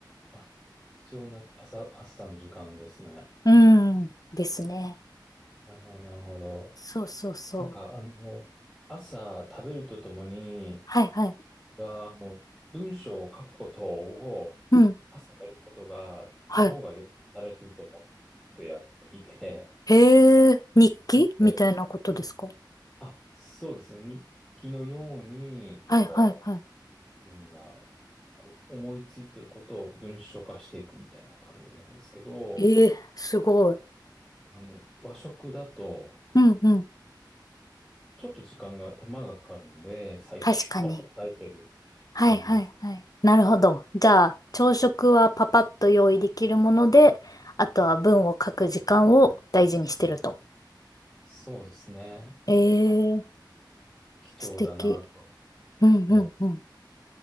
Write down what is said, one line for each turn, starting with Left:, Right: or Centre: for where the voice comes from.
Centre: あ、貴重な朝、朝の時間ですね。
Left: うん、ですね。
Centre: なるほど、なるほど。
Left: そうそうそう。
Centre: なんか、あの、朝食べるとともに、
Left: はいはい。
Centre: が、あの、文章を書くことを朝やることが、
Left: うん。
Centre: なんか脳がよく働いてると思っ
Left: はい。
Centre: てやっていて、
Left: へえ、日記みたいなことですか
Centre: なのであ、そうですね。日記のように、
Left: はいはいはい。
Centre: こう、自分がこう思いついてることを文章化していくみたいな感じなんですけど、
Left: ええ、すごい。
Centre: あの、和食だと、
Left: うんうん。
Centre: ちょっと時間が、手間がかかるので、最近は抑えてる感じです。
Left: 確かに。はいはいはい。なるほど。じゃあ、朝食はパパッと用意できるもので、あとは文を書く時間を大事にしてると。
Centre: そうですね。
Left: え
Centre: あ、
Left: え、
Centre: 貴重だなと
Left: 素敵。うんうんうん。
Centre: 思って